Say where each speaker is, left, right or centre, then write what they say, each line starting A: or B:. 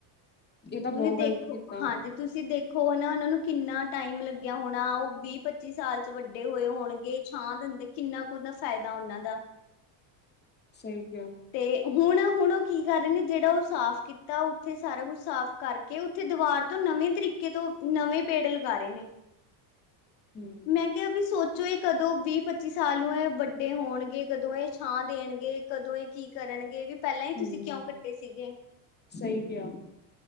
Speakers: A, on the left; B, on the left.
A: ਇਹ ਤਾਂ ਬਹੁਤ
B: ਤੁਸੀਂ ਦੇਖੋ
A: ਗ਼ਲਤ ਕੀਤਾ
B: ਹਾਂਜੀ ਤੁਸੀਂ ਦੇ- ਖੋ ਨਾ ਉਹ ਨੂੰ ਕਿੰਨਾ ਟਾਈਮ ਲੱ- ਲੱਗਿਆ ਹੋਣਾ, ਉਹ ਵੀਹ ਪੱਚੀ ਸਾਲ ਚ ਵੱਡੇ ਹੋਏ ਹੋਣਗੇ, ਛਾਂ ਦਿੰਦੇ ਕਿੰਨਾ ਕੁਨਾ ਫਾਇਦਾ ਉਹਨਾਂ ਦਾ।
A: ਸਹੀ ਕਿਹਾ।
B: ਤੇ ਹੁਣ ਹੁਣ ਉਹ ਕੀ ਕਰ ਰਹੇ ਨੇ ਜਿਹੜਾ ਉਹ ਸਾਫ਼ ਕੀਤਾ ਉੱਥੇ ਸਾਰਾ ਕੁਛ ਸਾਫ਼ ਕਰਕੇ ਉੱਥੇ ਦਵਾਰ ਤੋਂ ਨਵੇਂ ਤਰੀਕੇ ਤੋਂ ਨਵੇਂ ਪੇੜ ਲਗਾ ਰਹੇ ਨੇ।
A: ਹਮ
B: ਮੈਂ ਕਿਹਾ ਵੀ ਸੋਚੋ- ਚੋ ਇਹ ਕਦੋਂ ਵੀਹ ਪੱਚੀ ਸਾਲ ਨੂੰ ਇਹ ਵੱਡੇ ਹੋਣਗੇ, ਕਦੋਂ ਇਹ ਛਾਂ ਦੇਣਗੇ, ਕਦੋਂ ਇਹ ਕੀ ਕਰਨਗੇ, ਵੀ- ਪਹਿਲਾਂ ਹੀ
A: ਹਮ
B: ਤੁਸੀਂ ਕਿਉਂ ਕੱਟੇ ਸੀਗੇ?
A: ਸਹੀ ਕਿਹਾ